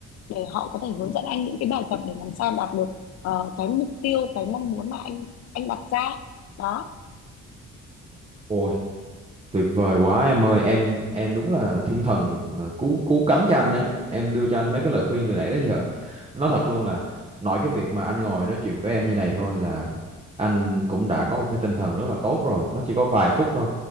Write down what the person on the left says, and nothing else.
để họ có thể hướng dẫn anh những cái bài tập để làm sao đạt được ờ, cái mục tiêu cái mong muốn mà anh anh đặt ra đó